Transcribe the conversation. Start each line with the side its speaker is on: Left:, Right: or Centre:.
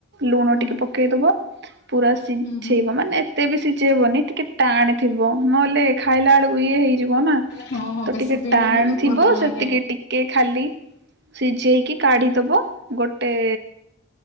Right: ଲୁଣ
Left: ହଁ
Right: ଟିକେ ପକେଇଦବ ପୁରା ସିଝେଇବ
Left: ହୁଁ ହୁଁ।
Right: ମାନେ ଏତେ ବି ସିଝେଇବନି ଟିକେ ଟାଣେ ଥିବ ନହେଲେ ଖାଇଲା ବେଳକୁ ଇଏ ହେଇଯିବ ନା।
Left: ହଁ ହଁ
Right: ତ
Left: ବେଶୀ
Right: ଟିକେ
Left: ବିଳି
Right: ଟାଣ
Left: ଗଲେ
Right: ଥିବ
Left: ଭଲ ଲାଗେନି।
Right: ସେତିକି ଟି ଟିକେ ଖାଲି ସିଝେଇକି କାଢି଼ଦବ ଗୋଟେ